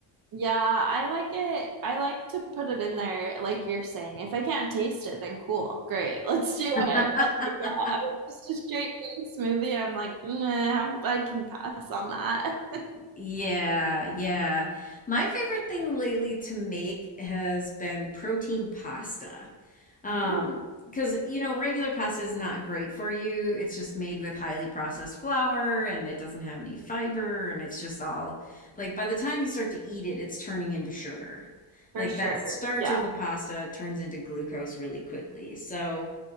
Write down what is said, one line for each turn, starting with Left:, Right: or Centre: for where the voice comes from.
Right: Yeah, I like it. I like to put it in there, like you're saying. If I can't taste it, then cool, great, <laughs> let's do it.
Left: <laughs>
Right: But yeah, I, just a straight green smoothie. I'm like, nah, I can pass on that. <laughs>
Left: Yeah, yeah. My favorite thing lately to make has been protein pasta. Um,
Right: Ooh,
Left: because you know, regular pasta is not great for you. It's just made with highly processed flour and it doesn't have any fiber and it's just all like by the time you start to eat it, it's turning into sugar.
Right: for
Left: Like
Right: sure.
Left: that starch
Right: Yeah.
Left: in the pasta turns into glucose really quickly. So,